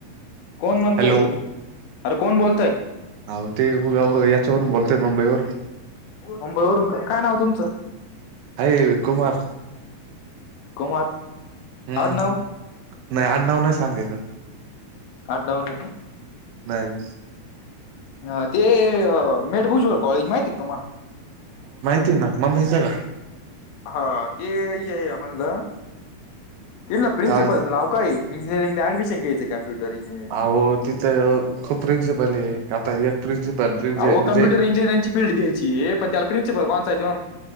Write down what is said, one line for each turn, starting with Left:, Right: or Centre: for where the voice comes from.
Left: कोण म्हणतय
Right: हॅलो
Left: तु, अरे कोण बोलतय.
Right: हो ते उगा हेच्यावरून बोलतोय मुंबई वरून.
Left: मुंबई वरून काय काय नाव तुमचं?
Right: आहे कुमार.
Left: कुमार
Right: हम्म
Left: आडनाव
Right: नाही आडनाव नाही सांगायचं.
Left: आडनाव नाही का.
Right: नाही.
Left: अ ते मेठभुजबळ कॉलेज माहिती आहे का तुम्हाला?
Right: तेना <unintelligible> का?
Left: हा ते ये ये म्हणलं. तिथल्या प्रिन्सिपलचं
Right: काय
Left: नाव काय? इंजिरिंगला ऍडमशन घ्यायचं कॉम्प्युटर इंजिनिरिंगला.
Right: अहो तिथं खूप प्रिन्सिपल आहे, आता एक प्रिन्सिपल <unintelligible>
Left: अहो
Right: म्हणजे
Left: कम्प्युटर इंजिनिअरिंगची फील्ड घ्यायची आहे, पण त्याला प्रिन्सिपल कोणता हाय?